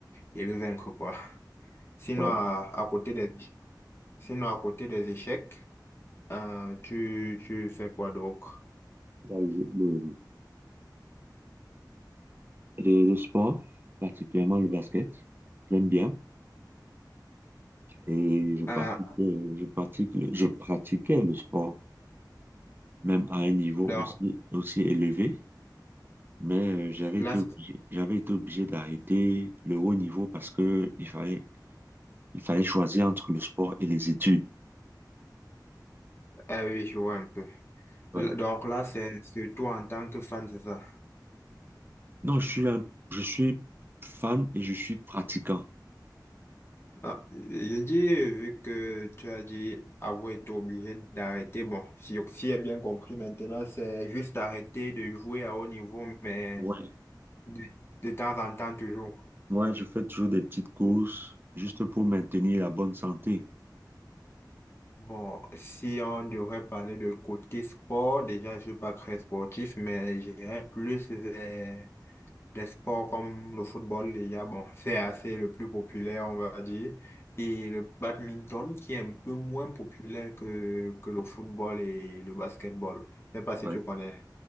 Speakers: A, on the left; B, on the right.
A: et, et le vaincre, quoi. Sinon,
B: Ouais,
A: à, à côté des, sinon, à côté des échecs, euh, tu, tu fais quoi d'autre?
B: il y a le, le- le- le sport, particulièrement le basket. J'aime bien. Et je pratique,
A: Euh,
B: euh, je pratique, le- je pratiquais le sport, même à un niveau
A: donc,
B: aussi, aussi élevé. Mais euh, j'avais
A: là,
B: été
A: c'est-
B: obligé, j'avais été obligé d'arrêter le haut niveau parce que il fallait, il fallait choisir entre le sport et les études.
A: ah oui, je vois un peu.
B: Ouais.
A: L- Donc là, c'est surtout en tant que fan, c'est ça.
B: Non, je suis un- je suis fan et je suis pratiquant.
A: Ah, je dis, vu que tu as dit avoir été obligé d'arrêter, bon, si, si j'ai bien compris maintenant, c'est juste arrêter de jouer à haut niveau, mais
B: Ouais.
A: De, de temps en temps, toujours.
B: Ouais, je fais toujours des petites courses juste pour maintenir la bonne santé.
A: Bon, si on devrait parler de côté sport, déjà, je suis pas très sportif, mais j'irais plus vers des sports comme le football, déjà. Bon, c'est assez le plus populaire, on va dire. Et le badminton, qui est un peu moins populaire que, que le football et le basketball. Je sais pas si
B: Ouais.
A: tu connais.